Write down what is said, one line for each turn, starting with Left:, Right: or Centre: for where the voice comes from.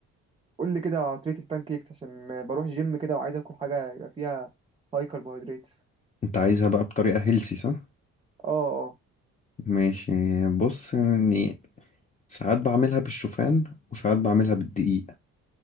Right: قول لي كده على طريقه البان كيكس عشان بروح جيم كده وعايز اكل حاجه يبقى فيها هاي كربوهيدرات
Left: أنت عايزها بقى بطريقة هيلسي صح؟
Right: اه اه
Left: ماشي بص يعني ساعات بعملها بالشوفان وساعات بعملها بالدقيق